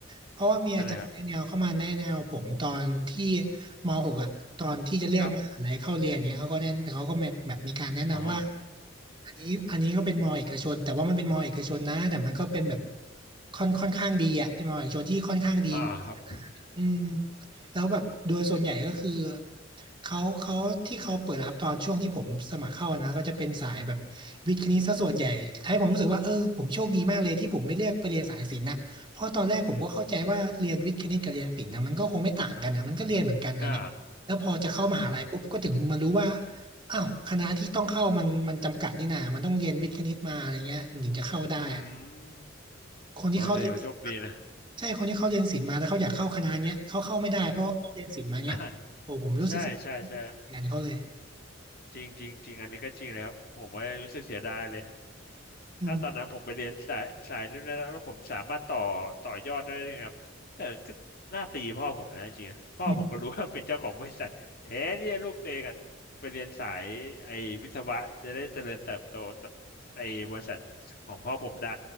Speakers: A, on the right; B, on the left.
A: เพราะว่ามีอาจารย์แนะแนวเข้ามาแนะแนวผมตอนที่
B: นั่นแหละครับ
A: มหกอ่ะตอนที่จะเลือกมหาลัยเข้าเรียนเนี้ยเขาก็แนะเขาก็แบบแบบมีการแนะนำว่า
B: ครับอ๋อ
A: อันนี้อันนี้ก็เป็นมอเอกชนแต่ว่ามันเป็นมอเอกชนนะแต่มันก็เป็นแบบค่อนค่อนข้างดีอ่ะเป็นมอเอกชนที่ค่อนข้างดี
B: อ่าครับ
A: อืมแล้วแบบโดยส่วนใหญ่ก็คือเขาเขาที่เขาเปิดรับตอนช่วงที่ผมสมัครเข้านะก็จะเป็นสายแบบวิทย์คณิตซะส่วนใหญ่ให้ผมรู้สึกว่าเออผมโชคดีมากเลยที่ผมไม่เลือกไปเรียนสายศิลป์นะเพราะตอนแรกผมก็เข้าใจว่าเรียนวิทย์คณิตกับเรียนศิลป์นะมันก็คงไม่ต่างกันนะมันก็เรียนเหมือนกันอะไรเงี้ยแล้วพอจะเข้ามหาลัยปุ๊บก็ถึงมารู้ว่า
B: อืมอ่าอืม
A: อ้าวคณะที่ต้องเข้ามันมันจำกัดนี่นามันต้องเรียนวิทย์คณิตมาอะไรเงี้ยมันถึงจะเข้าได้อะ
B: อืม
A: คนที่เขาเรียน
B: อ๋อแต่ถือว่าโชคดีนะ
A: ใช่คนที่เขาเรียนศิลป์มาแล้วเขาอยากเข้าคณะเนี้ยเขาเข้าไม่ได้เพราะเขาเรียนศิลป์มาเนี้ยโอ้ผมรู้สึกเสียดายงานเขาเลย
B: อ่าใช่ใช่ใช่จริงจริงจริงอันนี้ก็จริงเลยครับผมว่ารู้สึกเสียดายเลย
A: อืม
B: ถ้าตอนนั้นผมไปเรียนสายสายเรื่องนั้นแล้วแล้วผมสามารถต่อต่อยอดได้ด้วยครับแต่ก็น่าตีพ่อผมนะจริงๆนะพ่อผมก็รู้ว่าเป็นเจ้าของบริษัทแท้เนี่ยลูกเตะกันไปเรียนสายไอ้วิศวะจะได้เจริญเติบโตต่อไอ้บริษัทของพ่อผมได้
A: อืม